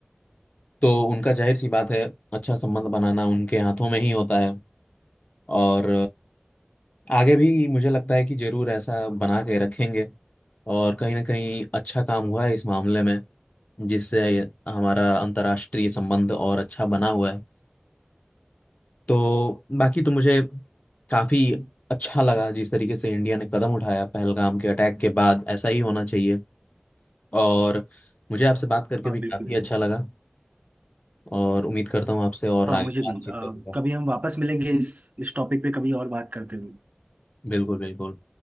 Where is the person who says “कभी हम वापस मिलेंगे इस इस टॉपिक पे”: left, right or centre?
Right